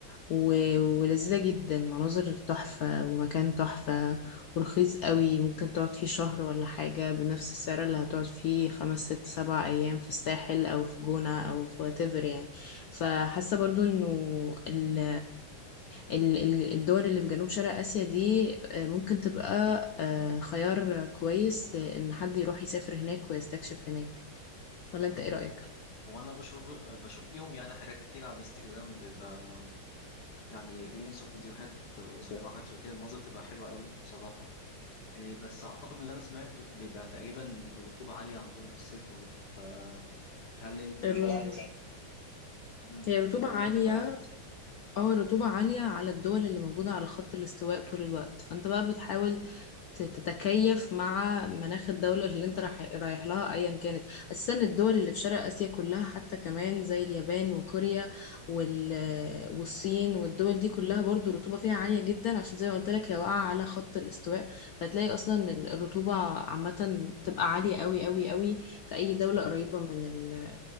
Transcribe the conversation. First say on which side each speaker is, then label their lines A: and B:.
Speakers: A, on the left; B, on the left.
A: و- ولذيذة جدا مناظر تحفة ومكان تحفة ورخيص قوي ممكن تقعد فيه شهر ولا حاجة بنفس السعر اللي هتقعد فيه خمس ست سبع أيام في الساحل أو في جونة أو في واتيفر يعني فحاسة برضو إنه ال- ال- ال- الدول اللي في جنوب شرق آسيا دي آه، ممكن تبقى آه، خيار كويس آه، إن حد يروح يسافر هناك ويستكشف هناك ولا أنت
B: م-م.
A: إيه رأيك؟
B: هو انا بشوف بشوف ليهم يعني حاجات كتير على الانستجرام بيبقى يعني ريلز وفيديوهات قصيره وحاجات شبه كده المناظر بتبقى حلوه قوي بصراحه إيه، بس اعتقد اللي انا سمعته بيبقى تقريبا الرطوبه عاليه عندهم في الصيف برضه فهل انت
A: الر-
B: م-م،
A: هي رطوبة
B: الرطوبه
A: عالية
B: بتبقى عاليه
A: اه الرطوبة عالية على الدول اللي موجودة على خط الاستواء طول الوقت فانت بقى بتحاول ت- تتكيف مع مناخ الدولة اللي انت رايح رايح لها ايا كانت اساسا الدول اللي في شرق اسيا كلها حتى كمان زي اليابان وكوريا وال... والصين والدول دي كلها برضو الرطوبة فيها عالية جدا عشان زي ما قلت لك هي واقعة على خط الاستواء فتلاقي اصلا ال- الرطوبة عامة تبقى عالية قوي قوي قوي في اي دولة قريبة من ال...